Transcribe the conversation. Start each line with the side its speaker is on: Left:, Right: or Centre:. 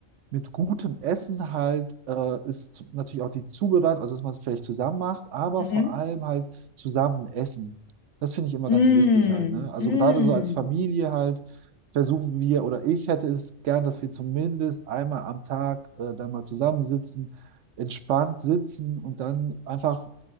Right: mit gutem Essen halt, äh, ist zu- natürlich auch die Zubereitung, also dass man es vielleicht zusammen macht, aber
Left: Mhm.
Right: vor allem halt zusammen essen. Das finde ich immer
Left: Mm,
Right: ganz wichtig halt, ne? Also
Left: mm.
Right: gerade so als Familie halt versuchen wir oder ich hätte es gern, dass wir zumindest einmal am Tag äh, da mal zusammensitzen entspannt sitzen und dann einfach